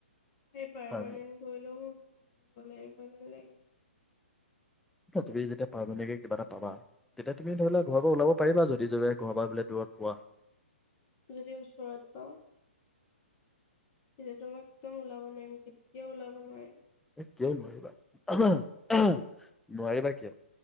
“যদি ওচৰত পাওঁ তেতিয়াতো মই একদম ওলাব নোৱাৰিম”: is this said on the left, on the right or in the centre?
Left